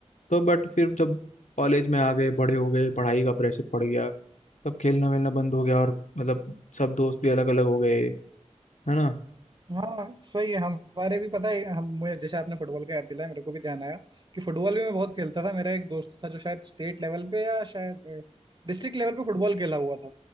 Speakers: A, on the left (about 85°); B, on the right (about 40°).
A: तो बट फिर जब कॉलेज में आ गए बड़े हो गए पढ़ाई का प्रेशर पड़ गया तब खेलना वेलना बंद हो गया और मतलब सब दोस्त भी अलग अलग हो गए है ना
B: हाँ सही है हमारे भी पता है हम मुझे जैसे आपने फुटबॉल का याद दिलाया मेरे को भी ध्यान आया कि फुटबॉल भी मैं बहुत खेलता था मेरा एक दोस्त था जो शायद स्टेट लेवल पे या शायद डिस्ट्रिक्ट लेवल पे फुटबॉल खेला हुआ था